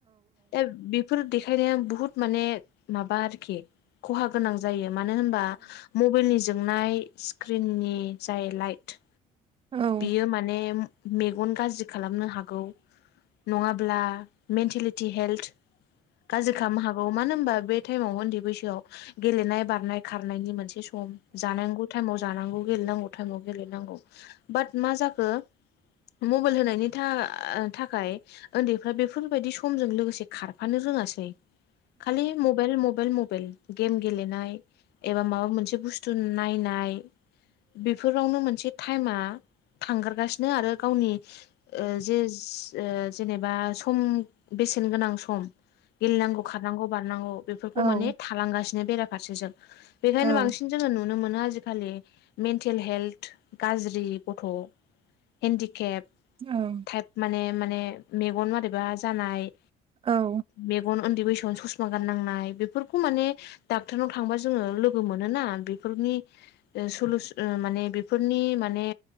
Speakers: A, on the left (about 80°); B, on the right (about 30°).
A: दा बेफ फोर देखायनाया बुहुत माने माबा आरोखि खहा गोनां जायो मानो होनबा? मबाइलनि जोंनाय स्क्रिननि जाय लाइट
B: औ
A: यो माने मेगन गाज्रि खालामनो हागौ। नङाब्ला मेन्टेलिटि हेल्थ गाज्रि खालामनो हागौ मानो होनबा बे थाइमाव उन्दै बैसोआव गेलेनाय बारनाय खारनायनि मोनसे सम जांनांगौ थाइमाव जानांगौ गेलेनांगौ थाइमाव गेलेनांगौ बाट मा जाखो? मबाइल होनायनि था थाखाय उन्दैफ्रा बेफोरबायदि समजों लोगोसे खारफानो रोङासै। खालि मबाइल मबाइल मबाइल। गेम गेलेनाय एबा माबा मोनसे बुस्थु नायनाय। बेफोरावनो मोनसे टाइमा थांगारगासिनो आरो गावनि ओ जे ओ जेनेबा सम बेसेन गोनां सम। गेलेनांगौ खारनांगौ बारनांगौ बेफोरखौ माने
B: औ
A: थालांगासिनो बेराफारसेजों बेखायनो
B: औ
A: बांसिन जोङो नुनो मोनो आजिखालि मेन्टेल हेल्थ गाज्रि गथ' हेन्दिकेप
B: औ
A: थाइप माने माने मेगन मोरैबा जानाय।
B: औ
A: मेगन उन्दै बैसोआव ससमा गाननांनाय बेफोरखौ माने डाक्टरनाव थांबा जोङो लोगो मोनोना बेफोरनि ओ सलुस ओ माने बेफोरनि माने